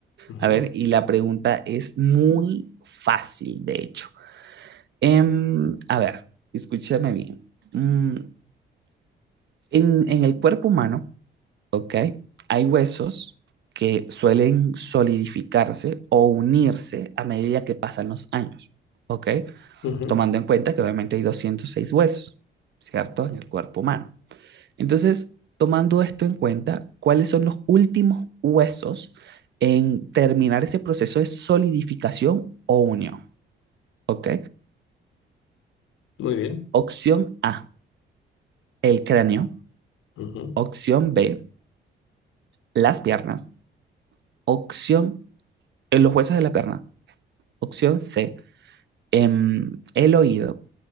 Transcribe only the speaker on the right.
A ver, y la pregunta es muy fácil, de hecho. Em, a ver, escúchame bien. Mm, en, en el cuerpo humano, ¿ok? Hay huesos que suelen solidificarse o unirse a medida que pasan los años, ¿ok?
Tomando en cuenta que obviamente hay 206 huesos, ¿cierto? En el cuerpo humano. Entonces, tomando esto en cuenta, ¿cuáles son los últimos huesos en terminar ese proceso de solidificación o unión? ¿Ok?
Opción A, el cráneo.
Opción B, las piernas. Opción, eh, los huesos de la pierna. Opción C, em, el oído.